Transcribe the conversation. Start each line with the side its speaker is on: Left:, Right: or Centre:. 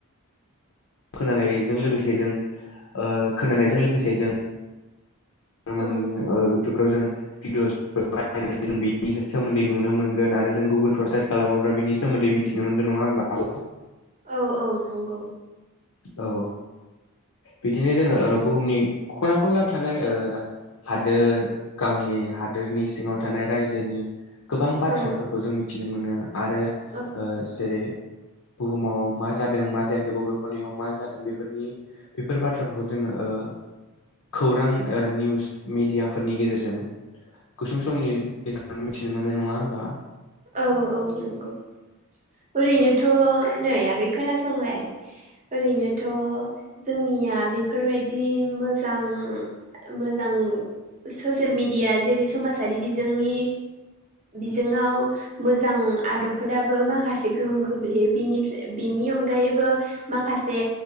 Left: खोनानायजों लोगोसे जों ओ खोनानायजों लोगोसे जों। नुनो मोनगोन
Right: औ
Left: ओ इउटुबफ्राव जों। भिडअस बायनानै जों बिनि सोमोन्दै नुनो मोनगोन आरो जों गुगोलफ्राव सार्च खालामोब्ला बिनि सोमो। दै मिथिनो मोनगोन नङाहोमबाा आब'।
Right: औ -औ नंगौ।
Left: औ बिदिनो जोङो ओ बुहुमनि खना खनला थानाय ओ। हादोर गावनि हादोरनि सिङाव थानाय रायजोनि। गोबां बाथ्राफोरखौ
Right: औ
Left: जों मिथिनो मोनो आरो
Right: औ
Left: ओ जेरै। बुहुमाव मा जादों मा जायाखै बबे। खनाय मा जादों बेफोरनि बेफोर बाथ्राफोरखौ जोङो ओ। खौरां ओ निउस मिडियाफोरनि गेजेरजों। गुसुं समनि गेजेराव मिथिनो मोननाय नङा होमबा।
Right: औ- औ नंगौ ओरैनोथ' नै आगै खोनासंलाय। ओरैनोथ' जोंनिया बेफोरबायदि मोजां। मोजां ससियेल मेडिया जेरै समाजारि बिजोंनि। बिजोंआव मोजां आदबफोराबो माखासे गोहोम खख्लैयो बिनिफ्राय बिनि अनगायैबो माखासे